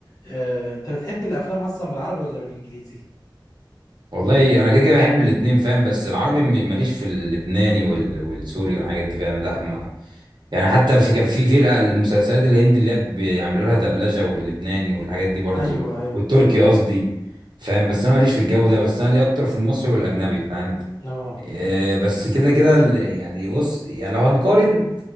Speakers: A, on the left (about 45°); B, on the right (about 60°).
A: آه، أنت بتحب الأفلام أصلا بالعربي ولا بالإنجليزي؟
B: والله انا كده كده بحب الاتنين فاهم بس العربي م- ماليش في اللبناني وال... والسوري والحاجات دي فاهم لا ما يعني حتى في كان في في المسلسلات الهندي اللي هي بيعملوا لها دبلجه واللبناني والحاجات دي برضو
A: أيوه أيوه
B: والتركي قصدي فاهم بس انا ماليش في الجو ده بس انا ليا اكتر في المصري والاجنبي فاهم
A: أه
B: آه بس كده كده ال- يعني بص يعني لو هنقارن